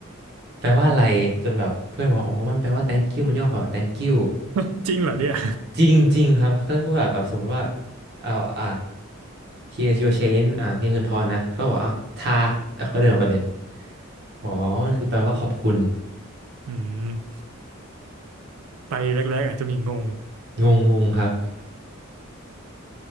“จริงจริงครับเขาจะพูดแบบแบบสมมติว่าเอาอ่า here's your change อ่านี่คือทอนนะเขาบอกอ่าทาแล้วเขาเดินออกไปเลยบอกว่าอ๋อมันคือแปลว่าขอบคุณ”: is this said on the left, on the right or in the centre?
Right